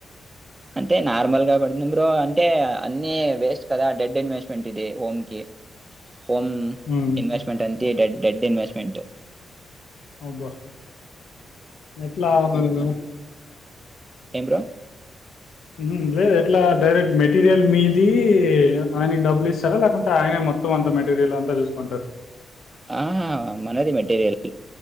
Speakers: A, on the right; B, on the left.
A: అంటే నార్మల్ గా పడుతుంది బ్రో అంటే అన్ని వేస్ట్ కదా డెడ్ ఇన్వెస్ట్మెంట్ ఇది హోమ్ కి హోమ్
B: హ్మ్.
A: ఇన్వెస్ట్మెంట్ ఎం డేడడ్ డెడ్ ఇన్వెస్ట్మెంట్
B: అబ్బా ఎట్లా ఉహు ఆపాలి బ్రో
A: ఎంబ్రో
B: ఉహుమ్ లేదు ఎట్లా డైరెక్ట్ మెటీరియల్ మీది ఆనికి డబ్బులు ఇస్తారా లేకుంటే ఆయనే మొత్తం అంత మెటీరియల్ అంతా చూసుకుంటారా
A: ఆహా మనది మెటీరియల్